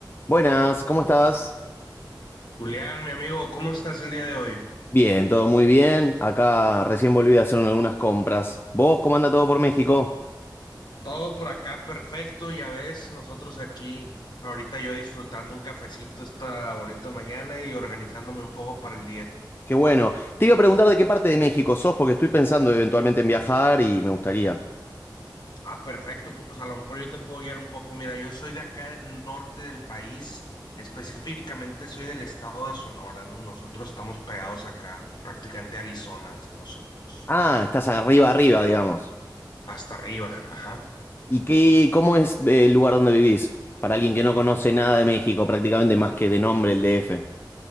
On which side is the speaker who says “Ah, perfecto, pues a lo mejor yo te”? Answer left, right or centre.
Left